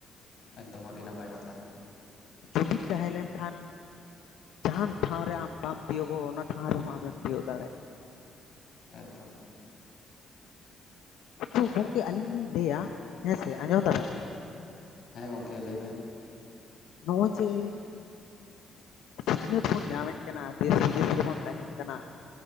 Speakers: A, on the left; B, on the left.
A: ᱮᱠᱫᱚᱢ ᱟᱹᱰᱤ ᱱᱟᱯᱟᱭ ᱠᱟᱛᱷᱟᱺ
B: ᱡᱩᱢᱤᱫ ᱛᱟᱦᱮᱸ ᱞᱮᱱᱠᱷᱟᱱ ᱡᱟᱦᱟᱱ ᱴᱷᱟᱶ ᱨᱮ ᱟᱢ ᱵᱟᱢ ᱛᱤᱭᱳᱜᱚᱜ ᱚᱱᱟ ᱴᱷᱟᱶ ᱨᱮᱦᱚᱸ ᱟᱢᱮᱢ ᱛᱤᱭᱳᱜ ᱫᱟᱲᱮᱜ-ᱟ᱾
A: ᱮᱠᱫᱚᱢ
B: ᱠᱤᱱᱛᱩ ᱜᱚᱝᱠᱮ ᱟᱞᱤᱧ ᱞᱤᱧ ᱞᱟᱹᱭᱟ ᱦᱮᱸᱥᱮ, ᱟᱸᱡᱚᱢ ᱫᱟᱵᱮᱱ?
A: ᱦᱮᱸ ᱜᱚᱝᱠᱮ ᱞᱟᱹᱭ ᱵᱮᱱ?
B: ᱱᱚᱜ ᱚᱭ ᱡᱮ ᱥᱤᱠᱷᱱᱟᱹᱛ ᱵᱚᱱ ᱧᱟᱢᱮᱜ ᱠᱟᱱᱟ ᱫᱮᱥ ᱵᱤᱫᱮᱥ ᱨᱮᱵᱚᱱ ᱛᱟᱦᱮᱱ ᱠᱟᱱᱟ